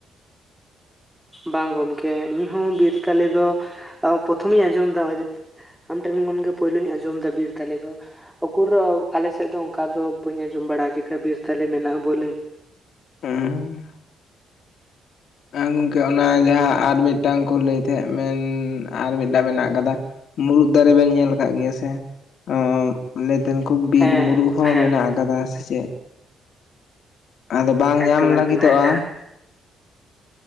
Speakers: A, in the centre; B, on the left (about 65°).
A: ᱵᱟᱝ ᱜᱚᱢᱠᱮ ᱤᱧᱦᱚᱸ ᱵᱤᱨ ᱛᱟᱞᱮ ᱫᱚ, ᱯᱨᱚᱛᱷᱚᱢᱤᱧ ᱟᱸᱡᱚᱢ ᱮᱫᱟ ᱚᱜᱚᱭ ᱟᱢ ᱴᱷᱮᱱ ᱠᱷᱚᱱ ᱜᱮ ᱯᱳᱭᱞᱳᱧ ᱟᱸᱡᱚᱢ ᱫᱟ ᱵᱤᱨ ᱵᱤᱨ ᱛᱟᱞᱤ ᱫᱚ, ᱩᱠᱩᱨ ᱟᱞᱮ ᱥᱮᱫ ᱫᱚ ᱚᱱᱠᱟ ᱫᱚ ᱵᱟᱹᱧ ᱟᱸᱡᱚᱢ ᱵᱟᱲᱟ ᱠᱮᱫᱟ ᱵᱤᱨ ᱛᱟᱞᱮ ᱢᱮᱱᱟᱜᱼᱟ᱾ ᱵᱚᱞᱮ।
B: ᱦᱩᱸ। ᱮᱸ ᱜᱚᱝᱠᱮ ᱚᱱᱟ ᱡᱟᱦᱟᱸ ᱟᱨ ᱢᱤᱫᱴᱟᱱ ᱠᱚ ᱞᱟᱹᱭ ᱛᱟᱦᱮᱸᱫ ᱢᱮᱱ ᱟᱨ ᱢᱤᱴᱟᱝ ᱢᱮᱱᱟᱜ ᱟᱠᱟᱫᱟ? ᱢᱩᱨᱩᱫ ᱫᱟᱨᱮ ᱵᱮᱱ ᱧᱮᱞ ᱠᱟᱜ ᱜᱮᱭᱟ ᱥᱮ? ᱮᱸ ᱞᱟᱹᱭ ᱛᱟᱦᱮᱜ ᱠᱚ, ᱵᱤᱨ
A: ᱦᱮᱸ
B: ᱢᱩᱨᱩᱜ ᱦᱚᱸ
A: ᱦᱮᱸ
B: ᱢᱮᱱᱟᱜ ᱠᱟᱫᱟ ᱥᱮ ᱪᱮᱫ? ᱟᱫᱚ ᱵᱟᱝ ᱧᱟᱢ
A: ᱮᱠᱫᱚᱢ ᱮᱠᱫᱚᱢ
B: ᱞᱟᱹᱜᱤᱛᱚᱜᱼᱟ
A: ᱦᱮᱸ